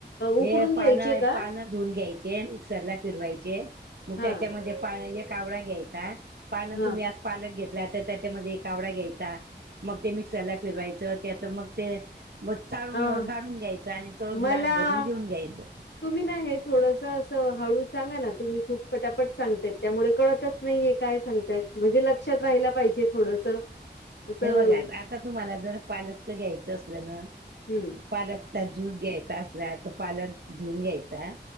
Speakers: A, on the right; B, on the left.
A: हे
B: उकडून घ्यायचे
A: पानं
B: का
A: पानं धुवून घ्यायचे मिक्सरला फिरवायचे मग
B: हा
A: त्याच्यामध्ये पा कावडा घ्यायचा. पानं
B: हा
A: तुम्ही आज पालक घेतला तर त्याच्यामध्ये एक आवडा घ्यायचा मग ते मिक्सरला फिरवायचा. त्याच मग ते मग चाळून
B: अ
A: गाढून घ्यायचं आणि त
B: मला
A: ग्लास भरून घेऊन घ्यायचं.
B: तुम्ही नाही हे थोडस असं हळू सांगा ना तुम्ही खूप फटापट सांगता त्यामुळे कळत. नाहीये काय सांगतायत म्हणजे लक्षात राहायला पाहिजे थोडस. असं
A: हे बघाच आता तुम्हाला जर पालकच घ्यायचं असलं ना
B: हम्म
A: पालकचा ज्यूस घ्यायचा. पालक धुून घ्यायचा